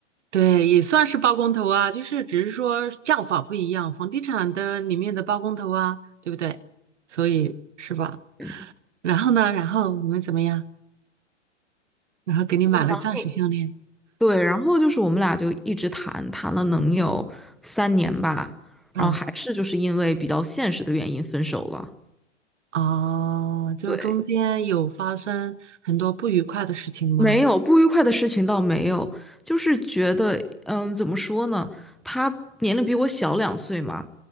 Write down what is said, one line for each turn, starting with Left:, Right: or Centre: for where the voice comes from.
Right: 对，也算是包工头啊，就是只是说叫法不一样，房地产的里面的包工头啊，对不对？所以是吧？
Centre: 对，
Right: 然后呢，然后你们怎么样？然后给你买了钻石项链，
Centre: 然后对，然后就是我们俩就一直谈，谈了能有三年吧，
Right: 嗯，
Centre: 然后还是就是因为比较现实的原因分手了。
Right: 哦，就是中间有发生很多不愉快的事情吗？
Centre: 对，没有不愉快的事情倒没有，就是觉得，嗯，怎么说呢？他年龄比我小两岁嘛，